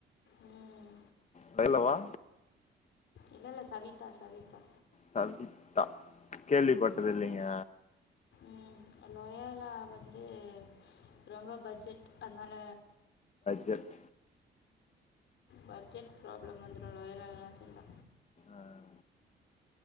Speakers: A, on the left; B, on the left.
A: உம்
B: பய்லவா
A: இல்ல இல்ல சவிதா சவிதா
B: சவித்தா கேள்விப்பட்டது இல்லைங்க
A: உம் லொயாலா வந்து ரொம்ப பட்ஜெட் அத்னால
B: பட்ஜெட்
A: பட்ஜெட் ப்ராப்ளம் வந்துரு லயோலாலலா சேந்தா
B: ஆஹ்